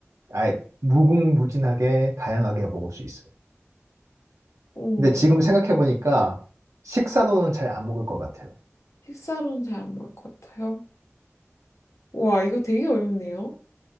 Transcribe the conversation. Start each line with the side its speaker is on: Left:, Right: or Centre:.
Right: 아예 무궁무진하게 다양하게 먹을 수 있어요.
Left: 어,
Right: 근데 지금 생각해보니까 식사로는 잘 안 먹을 것 같아요.
Left: 식사로는 잘 안 먹을 것 같아요. 와, 이거 되게 어렵네요.